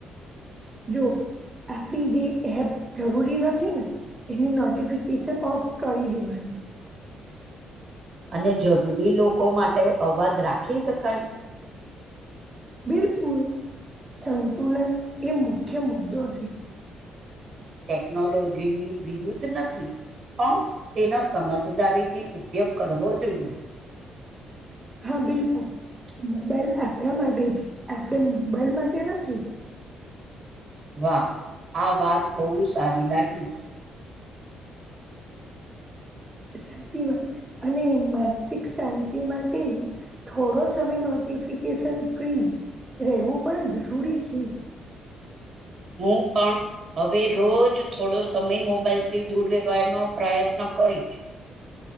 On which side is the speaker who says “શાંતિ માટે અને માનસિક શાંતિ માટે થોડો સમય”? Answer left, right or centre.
Right